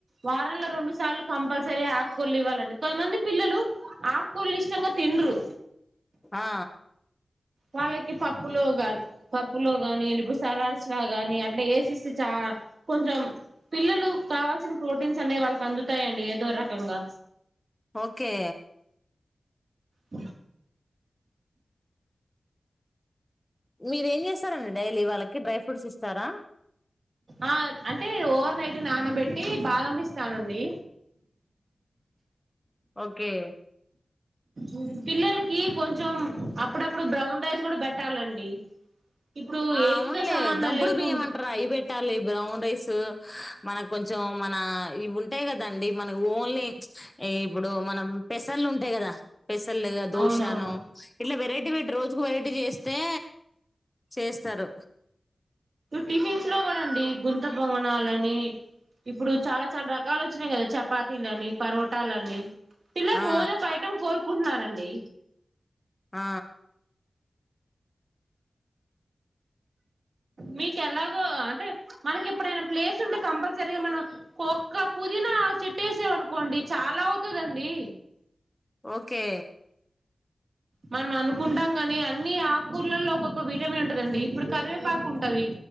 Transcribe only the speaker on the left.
ఆ
ఓకే
మీర ఏం చేస్తారండి డైలీ వాళ్ళకి డ్రై ఫ్రూట్స్ ఇస్తారా
ఓకే
ఆ
అవునులే
దంపుడు
బియ్యం అంటరు, అవి పెట్టాలి బ్రౌన్ రైస్ మనకు కొంచెం మన, ఈ వున్ టయి కదండి మన ఓన్లీ ప్చ్ ఎ ఇప్పుడు మనం పెసర్లు ఉంటయి కదా, పెసర్లుగ దోశను
ఇట్లా వెరైటీ పెట్టి రోజుకు వెరైటీ చేస్, స్తే చేస్తారు
ఆ
ఆ
ఓకే